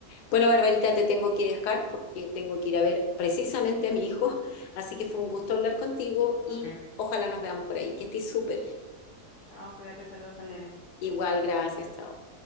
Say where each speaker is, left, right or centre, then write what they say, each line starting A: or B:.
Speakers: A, on the left; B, on the left.
A: Bueno, Barbarita, te tengo que dejar porque tengo que ir
B: ya.
A: a ver precisamente a mi hijo, así que fue un gusto hablar contigo y
B: Ok.
A: ojalá nos veamos por ahí. Que estés súper.
B: Chao, cuídate, saludos al nene.
A: Igual, gracias, chao.